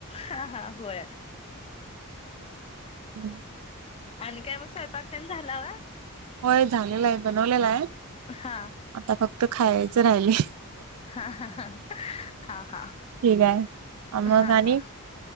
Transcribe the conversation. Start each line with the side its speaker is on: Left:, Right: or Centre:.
Left: हा हा होय.
Right: ह
Left: आणि काय मग स्वयंपाक तेन झाला व्हय?
Right: होय झालेलं हाय, बनवलेलं हाय.
Left: हा.
Right: आता फक्त खायायचं राहिलयं.
Left: हा हा हा हा.
Right: ठीक आहे,
Left: हा
Right: मग आणि,
Left: हा